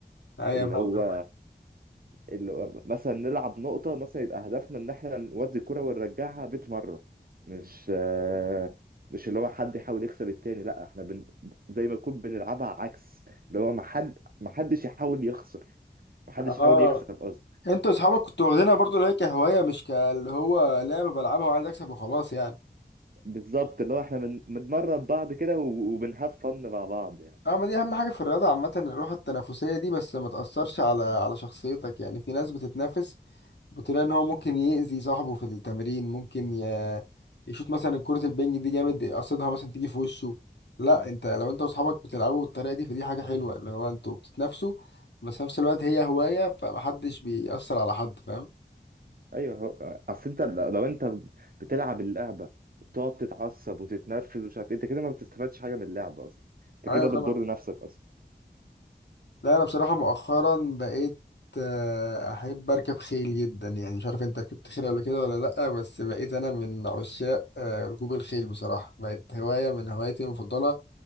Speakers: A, on the left (about 75°); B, on the right (about 55°).
A: أيوة
B: اللي
A: فاهم.
B: هو اللي هو مثلا نلعب نقطه مثلا يبقى هدفنا ان احنا نودي الكره ونرجعها 100 مره مش آه، مش اللي هو حد يحاول يكسب التاني لا احنا بن... زي ما نكون بنلعبها عكس اللي هو ما حد ما حدش يحاول يخسر ما حدش
A: اه
B: يحاول يكسب قصدي
A: انت واصحابك كنتوا واخدينها برضو اللي هي كهوايه مش كاللي هو لعبه بلعبها وعايز اكسب وخلاص يعني
B: بالظبط اللي هو احنا بن- بنمرن بعض كده و- وبنهاف فن مع بعض يعني
A: اما دي اهم حاجه في الرياضه عامه الروح التنافسيه دي بس ما تاثرش على على شخصيتك يعني في ناس بتتنافس بتلاقي ان هو ممكن يأذي صاحبه في التمرين ممكن ي... يشوط مثلا كرة البنج دي جامد قصدها مثلا تيجي في وشه لا انت لو انت واصحابك بتلعبوا بالطريقة دي فدي حاجة حلوة اللي هو انتوا بتتنافسوا بس في نفس الوقت هي هواية فمحدش بيأثر على حد فاهم
B: ايوه هو اصل انت ل- لو انت بتلعب اللعبه وبتقعد تتعصب وتتنرفز ومش عارف ايه انت كده ما بتستفادش حاجه من اللعبه اصلا انت
A: ايوه
B: كده
A: طبعا
B: بتضر نفسك اصلا
A: لا انا بصراحه مؤخرا بقيت آه، احب اركب خيل جدا يعني مش عارف انت ركبت خيل قبل كده ولا لا بس بقيت انا من عشاق آه، ركوب الخيل بصراحه بقت هوايه من هواياتي المفضله